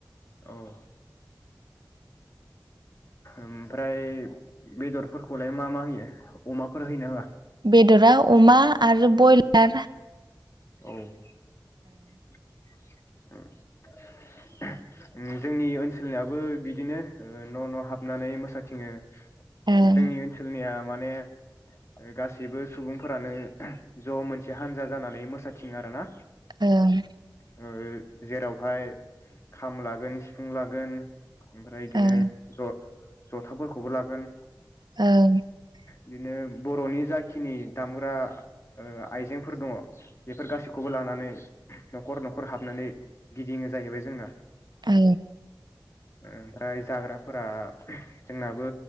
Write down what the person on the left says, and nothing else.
औ <inaudible> ओमफ्राय बेदरफोरखौलाय मा मा होयो अमाफोर होयो ना होआ
औ ओम जोंनि ओनसोलनियाबो बिदिनो न' न' हाबनानै मोसाथिङो
जोंनि ओनसोलनिया माने गासैबो सुबुंफोरानो ज' मोनसे हानजा हानजा जानानै मोसाथिङो आरो ना
ओ जेरावहाय खाम लागोन सिफुं लागोन ओमफ्राय बिदिनो
र जथाफोरखौबो लागोन
बिदिनो बर'नि जाखिनि दामग्रा ओ आइजें फोर दङ बेफोर गासैखौबो लानानै न'खर न'खर हाबनानै गिदिंनो जाहैबाय जोंना
ओमफ्राय जाग्राफोरा जोंनाबो